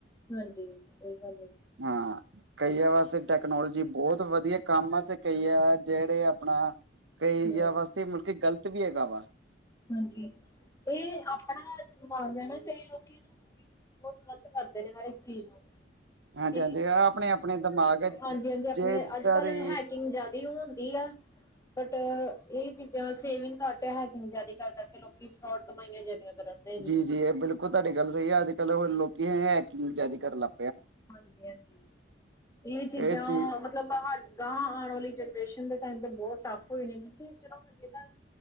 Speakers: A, on the left; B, on the right.
A: ਹਾਂਜੀ ਸਹੀ ਗੱਲ ਹੈ।
B: ਹਾਂ। ਕਈਆ ਵਾਸਤੇ ਟੈਕਨੋਲੋਜੀ ਬਹੁਤ ਵਧੀਆ ਕੰਮ ਆ ਤੇ ਕਈਆ ਜਿਹੜੇ ਆਪਣਾ। ਕਈਆ
A: ਹੂੰ,
B: ਵਾਸਤੇ ਮੁੜ ਕੇ ਗ਼ਲਤ ਵੀ ਹੈਗਾ ਵਾ
A: ਹਾਂਜੀ ਏ ਆਪਣਾ ਦਿਮਾਗ ਐਨਾ ਕਈ ਲੋਕੀ ਇਨੂੰ। ਬਹੁਤ ਗਲਤ ਕਰਦੇ ਨੇ ਹਰ ਏਕ ਚੀਜ਼ ਨੂੰ।
B: ਹਾਂਜੀ-ਹਾਂਜੀ
A: <inaudible>
B: ਆਪਣੇ ਆਪਣੇ ਦਿਮਾਗ ਹੈ
A: ਹਾਂਜੀ ਹਾਂਜੀ ਆਪਣੇ
B: ਜੇ ਇੱਦਾਂ
A: ਅੱਜ-ਕੱਲ
B: ਦੀ
A: ਹੈਕਿੰਗ ਜਾਦਾ। ਏ ਹੋਂਦੀ ਆ। ਬਟ ਏਹ ਚੀਜ਼ਾਂ ਸੇਵਿੰਗ ਘੱਟ ਐ ਹੈਕਿੰਗ ਜਿਆਦੀ ਕਰ- ਕਰਕੇ ਲੋਕੀ ਫਰੋਡ ਕਮਾਈਆਂ ਜ਼ਿਆਦੀਆਂ ਕਰਨ। ਦੇ ਜੀ।
B: ਜੀ-ਜੀ ਏਹ ਬਿਲਕੁਲ ਤੁਹਾਡੀ ਗੱਲ ਸਹੀ ਐ, ਅੱਜ-ਕੱਲ੍ਹ ਲੋਕੀ ਹੈਹੇਕਿੰਗ ਜ਼ਿਆਦੀ ਕਰਨ ਲਗ
A: ਹਾਂਜੀ-ਹਾਂਜੀ ਏ ਚੀਜ਼ਾਂ
B: ਇਹ ਚੀਜ਼
A: ਮ ਮਤਲਬ ਗਾਂ ਆਣ ਵਾਲੀ ਜਨਰੇਸ਼ਨ ਦੇ ਟਾਈਮ ਤੇ ਬਹੁਤ ਟੱਫ ਹੋ ਜਾਣੀ ਕਿਉਕਿ ਚਲੋ ਹਜੇ ਤਾਂ